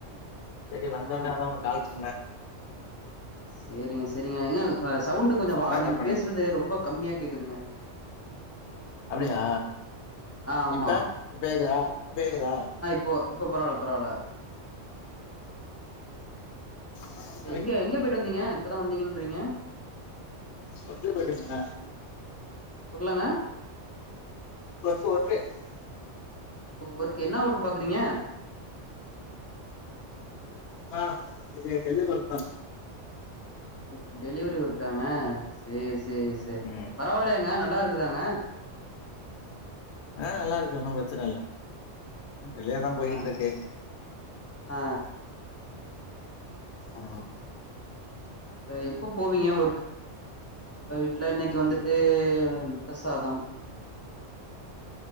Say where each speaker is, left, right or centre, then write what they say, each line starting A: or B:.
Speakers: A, on the left; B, on the left.
A: சரி
B: ஆ
A: வந்தோனே
B: ஆ
A: அதா உனக் கால் பண்ணே
B: சரிங்க சரிங்க ஏங்க சவுண்டு கொஞ்ச வா
A: என்ன
B: நீங்க
A: சாப்பாடு
B: பேசுறது ரொம்ப கம்மியா கேக்குதுங்க
A: அப்டியா
B: ஆ ஆமா.
A: இப்ப இப்ப யேக்குதா இப்ப யேக்குதா
B: இப்ப இப்ப பரவால பரவால
A: <unintelligible>
B: எங்க எங்க போயிட்டு வந்தீங்க? இப்பதா வந்தீங்கன்றீங்க.
A: கொத்து போட்டா தின்ன
B: புர்லங்க.
A: <inaudible>
B: ஒர்க் என்ன ஒர்க் பாக்குறீங்க
A: ஆ டெலிவரி வொர்க் தா
B: ஓ டெலிவரி ஒர்க்காங்க சேரி சேரி சேரி
A: ம்
B: பரவாயில்லயாங்க நல்லா இருக்குதாங்க
A: ஆ நல்லா இருக்கு ஒன்னு பிரச்சன இல்ல <unintelligible> ய
B: ஆ
A: தா போயிட்ருக்கு
B: ஆ ஆ
A: ஆ
B: எப்போ போவீங்க ஒர்க் நம்ம வீட்ல இன்னைக்கு வந்துட்டு முட்ட சாதம்